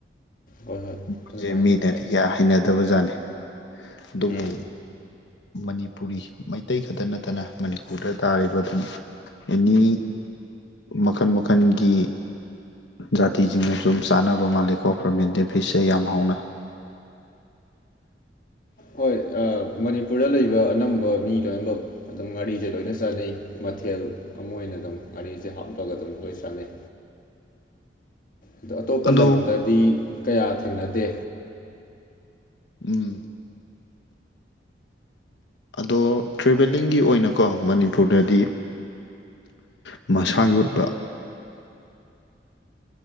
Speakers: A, on the left (about 45°); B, on the left (about 75°).
A: ꯍꯣꯏ ꯍꯣꯏ
B: ꯃꯣꯏꯁꯦ
A: ꯑꯗꯨꯃꯥꯏꯅ
B: ꯃꯤꯅꯗꯤ
A: ꯁꯨꯝ ꯇꯥꯏ
B: ꯀꯌꯥ ꯍꯩꯅꯗꯕꯖꯥꯠꯅꯤ ꯑꯗꯨꯕꯨ
A: ꯎꯝ
B: ꯃꯅꯤꯄꯨꯔꯤ ꯃꯩꯇꯩ ꯈꯛꯇ ꯅꯠꯇꯅ ꯃꯅꯤꯄꯨꯔꯗ ꯇꯥꯔꯤꯕ ꯑꯗꯨꯝ ꯑꯦꯅꯤ ꯃꯈꯜ ꯃꯈꯜꯒꯤ ꯖꯥꯇꯤꯁꯤꯡꯅꯁꯨ ꯑꯗꯨꯝ ꯆꯥꯅꯕ ꯃꯥꯜꯂꯦꯀꯣ ꯄꯔꯃꯦꯟ ꯗꯦꯐꯤꯁꯁꯦ ꯌꯥꯝ ꯍꯥꯎꯅ
A: ꯍꯣꯏ ꯃꯅꯤꯄꯨꯔꯗ ꯂꯩꯕ ꯑꯅꯝꯕ ꯃꯤ ꯂꯣꯏꯅꯃꯛ ꯑꯗꯨꯝ ꯒꯥꯔꯤꯁꯦ ꯂꯣꯏꯅ ꯆꯥꯅꯩ ꯃꯊꯦꯜ ꯑꯃ ꯑꯣꯏꯅ ꯑꯗꯨꯝ ꯉꯒꯥꯔꯤꯁꯦ ꯍꯥꯞꯂꯒ ꯑꯗꯨꯝ ꯂꯣꯏ ꯁꯥꯟꯅꯩ ꯑꯗꯣ ꯑꯇꯣꯞꯄ
B: ꯑꯗꯣ
A: ꯂꯝꯗꯗꯤ ꯀꯌꯥ ꯊꯦꯡꯅꯗꯦ
B: ꯎꯝ ꯑꯗꯣ ꯇ꯭ꯔꯦꯚꯦꯜꯂꯤꯡꯒꯤ ꯑꯣꯏꯅꯀꯣ ꯃꯅꯤꯄꯨꯔꯗꯗꯤ ꯃꯁꯥꯒꯤ ꯑꯣꯏꯕ